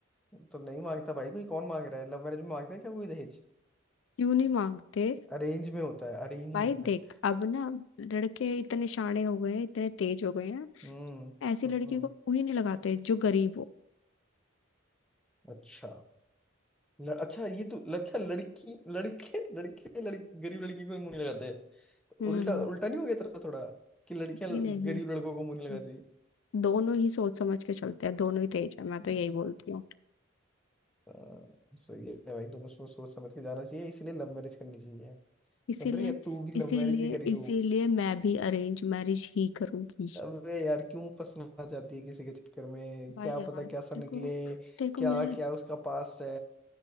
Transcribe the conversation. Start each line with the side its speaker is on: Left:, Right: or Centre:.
Centre: तो नहीं मांगता भाई कोई कौन मांग रहा है लव मैरिज में मांगता है क्या कोई दहेज
Left: क्यों नहीं मांगते
Centre: अरेंज में होता है अरेंज
Left: भाई
Centre: में होता
Left: देख
Centre: है
Left: अब ना लड़के इतने शाणे हो गए हैं इतने तेज हो गए हैं
Centre: हम्म
Left: ऐसी
Centre: हम्म
Left: लड़की को मुंह ही नहीं लगाते जो गरीब हो
Centre: अच्छा ल, अच्छा ये तो अच्छा लड़की लड़के लड़के लड़की गरीब लड़की को मुंह लगाते
Left: हम्म
Centre: उल्टा उल्टा नहीं हो गया तेरा थोड़ा कि लड़कियां
Left: जी नहीं
Centre: गरीब लड़कों को मुंह
Left: हम्म,
Centre: नहीं लगाती
Left: दोनों ही सोच समझ के चलते हैं दोनों ही तेज है मैं तो
Centre: हैं?
Left: यही बोलती हूँ
Centre: आ, सही है भाई दोनों सोच सोच समझ के जाना चाहिए इसलिए लव मैरिज करनी चाहिए
Left: इसीलिए
Centre: सुन रही है तू भी लव
Left: इसीलिए
Centre: मैरिज ही करी हो
Left: इसीलिए मैं भी अरेंज मैरिज ही करूंगी
Centre: अबे यार क्यों फंसना चाहती है किसी के चक्कर में
Left: भाई
Centre: क्या
Left: यार
Centre: पता
Left: तेरे
Centre: कैसा निकले
Left: को तेरे
Centre: क्या
Left: को मेरे
Centre: क्या उसका पास्ट है